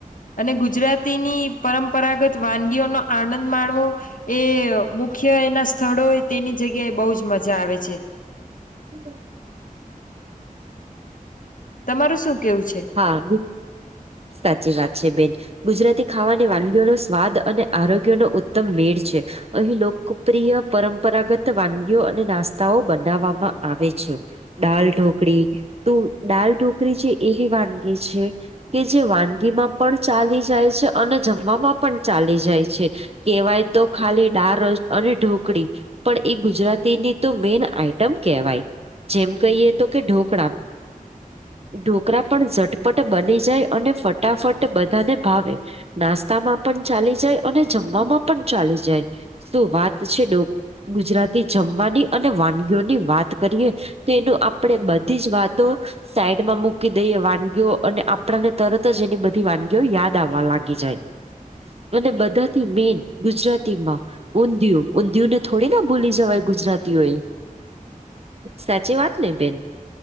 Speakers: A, on the left; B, on the right.
A: અને ગુજરાતીની પરંપરાગત વાનગીઓનોો આનંદ માણવો એ મુખ્ય એના સ્થળો તેની જગ્યાએ બહુ જ મજા આવે છે.
B: હમ
A: તમારું શું કેવું છે.
B: હા સાચી વાત છે બેન ગુજરાતી ખાવાની વાનગીઓનો સ્વાદ અને આરોગ્ય નો ઉત્તમ મેળ છે. અહીં લોકપ્રિય પરંપરાગત વાનગીઓ અને નાસ્તાઓ બનાવવામાં આવે છે. દાલ ઢોકરીી તો દાલ ઢોકી છે એવી વાનગી છે. કે જે વાનગીમાં પણ ચાલી જાય છે અને જમવામાં પણ ચાલી જાય છે. કહેવાય તો ખાલી ડાળસ અને ઢોકળી પણ એ ગુજરાતીની તો મેન આઈટમ કહેવાય. જેમ કહીએ તો કે ઢોકળા ઢોકળા પણ ઝટપટ બને જાય અને ફટાફટ બધાને ભાવે નાસ્તામાં પણ ચાલી જાય. અને જમવામાં પણ ચાલી જાય શું વાત છે, ડો ગુજરાતી જમવાની અને વાનગીઓની વાત કરીએ. તેનું આપણે બધી જ વાતો સાઈડમાં મૂકી દઈએ વાનગીઓ અને આ પણને તરત જ એની બધી વાનગીઓ યાદ આવવા લાગી જાય. અને બધાથી મેન ગુજરાતીમાં ઊંધિયું ઊંધિયુ ને થોડી ના ભૂલી જવાય ગુજરાતીઓ એ સાચી વાત ને બેન?